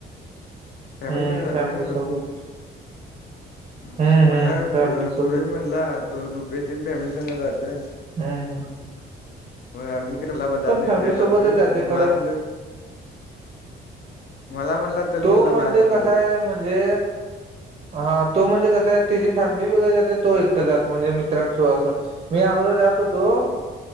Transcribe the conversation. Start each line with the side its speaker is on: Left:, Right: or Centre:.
Left: फॅमिली
Right: हुं..
Left: संग जातोस
Right: फॅमिली
Left: ना तू
Right: सोबत.
Left: हं,
Right: हम्म
Left: मला
Right: हम्म फॅमिली सोबत
Left: सूरज म्हणला तो रुपेश तेन फॅमिली सगं जातोय.
Right: हं.. हं..
Left: होय आम्ही घरला जात नाही
Right: फॅमिली
Left: तर काय
Right: सोबतच
Left: जातोय
Right: जाते
Left: मग
Right: खरं
Left: माझ्या सगं मला म्हणला.
Right: तो मरणे
Left: संग
Right: कसा आहे म्हणजे, हा तो म्हणजे कसं आहे तेजी फॅमिली वेगळी जात्या तो एकटं जातो म्हणजे मित्रांसोबत असं. मी अगोदर जात होतो